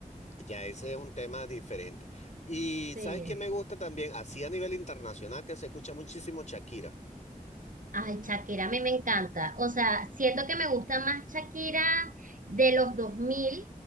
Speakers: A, on the left (about 55°); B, on the right (about 65°).
A: Ya ese es un tema diferente. Y
B: Sí.
A: ¿sabes qué me gusta también? Así a nivel internacional que se escucha muchísimo Shakira.
B: Ay, Shakira, a mí me encanta. O sea, siento que me gusta más Shakira de los 2000